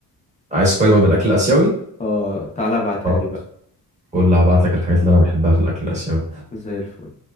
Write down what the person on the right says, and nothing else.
عايز قايمه بالاكل الاسيوي
خلاص،
قول هبعت لك الحاجات اللي انا بحبها في الاكل الاسيوي